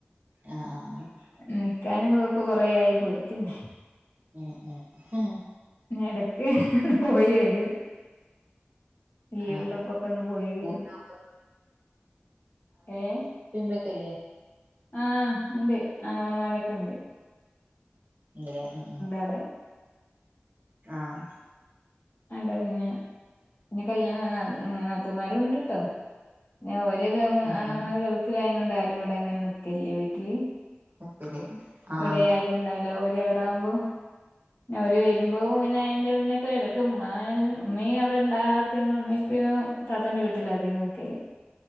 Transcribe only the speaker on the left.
ന്നിക്കാന് ഇപ്പ കൊറേ ആയി പോയിറ്റെനെ
എടക്ക് ഹ് ഹ് പോയി വെരും ലീവ്ള്ളപ്പൊക്കെ
ഒന്ന് പോയി വരും
ഏഹ്
ആഹ് ഉണ്ട് ആങ്ങള മാരൊക്കെ ഉണ്ട്
അവടെ
ഒരാൾടെ കഴിഞ്ഞ് ഇനി കല്യാണം ന്നാത്തു നാത്തുമാരും ഉണ്ട്ട്ടൊ പിന്നെ ഓര്
ആങ്ങളമാര്
ഗൾഫിലായത് കൊണ്ട് ആരും ഇവിടെ അങ്ങനെ ന്നിക്കലില്ല വീട്ടില്.
ഇവടേം ആരും ഇണ്ടാവില്ല ഓര് അവിട ആകുമ്പോ. പിന്നെ അവര് വരുമ്പൊ പിന്നെ അയ്‌ന്റെ മുനൊക്കെ വെരും ക്ക്‌ ഉമ്മ യ്ൻ ഉമ്മയും അവിടെ ഇണ്ടാകാത്തെ ഉമമീം ഉപ്പിയും താത്തന്റെ വീട്ടിലാ അധികം ന്നിക്കല്.